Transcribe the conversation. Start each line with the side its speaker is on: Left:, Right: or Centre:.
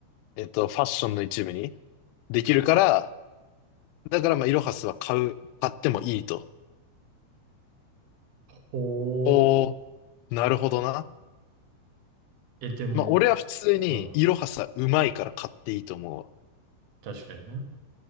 Left: えっと、ファッションの一部にできるから、だから、まあ、イロハスは買う、買ってもいいと。
Right: ほう。
Left: おー、なるほどな。
Right: え、でも、
Left: まあ、俺は普通に、
Right: うん。
Left: イロハスはうまいから買っていいと思うわ。
Right: 確かにな。